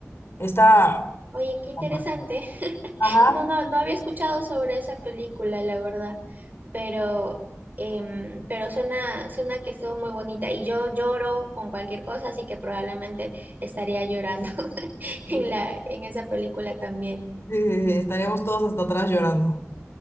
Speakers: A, on the left; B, on the right.
A: Ah, Está.
B: Oye, qué interesante.
A: Ajá.
B: <laughs>
A: Ajá.
B: No, no, no había escuchado sobre esa película, la verdad, pero, em, pero suena, suena que estuvo muy bonita y yo lloro con cualquier cosa, así que probablemente estaría llorando <laughs> en
A: Sí,
B: la, en esa película también.
A: sí, sí, estaríamos todos hasta atrás llorando.